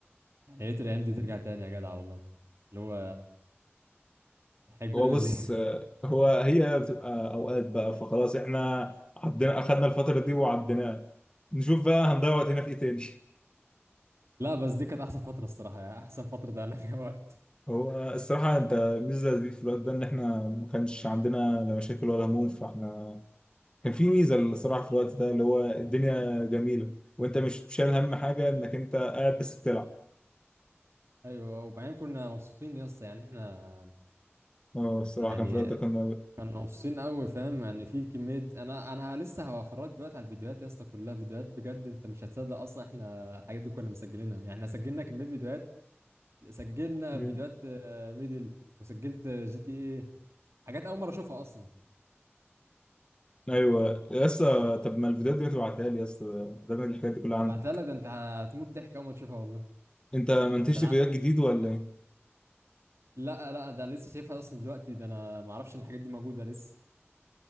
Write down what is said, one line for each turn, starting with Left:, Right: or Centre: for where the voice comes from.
Right: يعني يا ريت الايام دي ترجع تاني يا جدع والله اللي هو احنا كبرنا
Left: هو بص
Right: ليه؟ <laughs>
Left: آه، هو هي بتبقى اوقات بقى فخلاص احنا عدينا اخدنا الفتره دي وعديناها نشوف بقى هنضيع وقتنا في ايه تاني
Right: لا بس دي كانت احسن فترة الصراحة يعني احسن فترة ضيعنا فيها وقت
Left: هو الصراحه انت الميزه دي في الوقت ده ان احنا ما كانش عندنا لا مشاكل ولا هموم فاحنا كان في ميزه الصراحه في الوقت ده اللي هو الدنيا جميله وانت مش شايل هم حاجه انك انت قاعد بس بتلعب
Right: ايوه أه، وبعدين كنا مبسوطين يا اسطى يعني احنا
Left: اه الصراحه
Right: يعني
Left: كان في الوقت ده كنا
Right: كنا مبسوطين قوي فاهم يعني في كمية انا انا لسه هفرجك دلوقتي على الفيديوهات يا اسطى كلها فيديوهات بجد انت مش هتصدق اصلا احنا الحاجات دي كنا مسجلينها يعني احنا سجلنا كمية فيديوهات سجلنا
Left: مم.
Right: فيديوهات آه، ميدل وسجلت جي تي ايه حاجات اول مرة اشوفها اصلا
Left: ايوه يا اسطى طب ما الفيديوهات دي ما تبعتها لي يا اسطى ده من الحاجات دي كلها
Right: ابعتها
Left: عندك
Right: لك ده انت هتموت ضحك اول ما تشوفها والله
Left: انت ما انتجت
Right: ده أنا-
Left: فيديوهات جديد ولا ايه؟
Right: لا لا ده انا لسه شايفها اصلا دلوقتي ده انا ما اعرفش ان الحاجات دي موجودة لسه